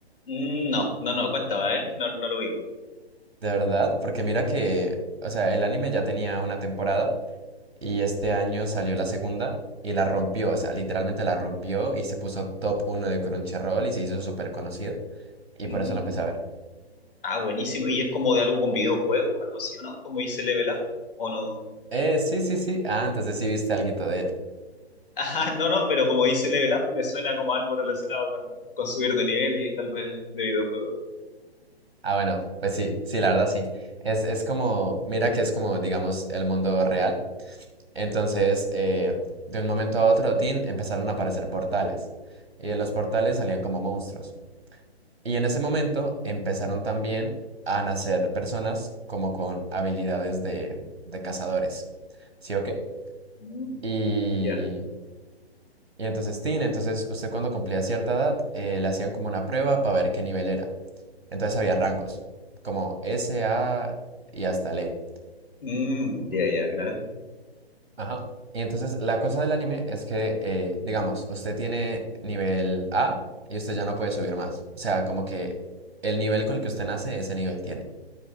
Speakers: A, on the left (about 55°); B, on the right (about 70°).
A: Mm, no, no, no, cuéntame, a ver, lo digo?
B: de verdad, porque mira que, o sea, el anime ya tenía una temporada y este año salió la segunda y la rompió, o sea, literalmente la rompió y se puso top uno de Crunchyroll y se hizo súper conocido y
A: Mm,
B: por eso lo empecé a ver.
A: Ah, buenísimo. ¿Y es como de algo con videojuego o algo así, o no? Como dice Level Up, ¿o no? <laughs>
B: Eh, sí, sí, sí, ah, entonces sí viste alguito de él.
A: Ajá, no, no, pero como dice Level Up me suena como algo relacionado con, con subir de nivel y tal vez de videojuego.
B: Ah, bueno, pues sí, sí, la verdad sí. Es, es como, mira que es como, digamos, el mundo real. Entonces, eh, de un momento a otro, tin, empezaron a aparecer portales. Y de los portales salían como monstruos. Y en ese momento empezaron también a nacer personas como con habilidades de, de cazadores. ¿Sí o qué?
A: Mm,
B: Y
A: ya.
B: y entonces, Tin, entonces usted cuando cumplía cierta edad, eh, le hacían como una prueba para ver qué nivel era. Entonces había rangos, como S, A y hasta L E.
A: Mm, ya, ya, claro.
B: Ajá. Y entonces la cosa del anime es que, eh, digamos, usted tiene nivel A y usted ya no puede subir más. O sea, como que el nivel con el que usted nace, ese nivel tiene.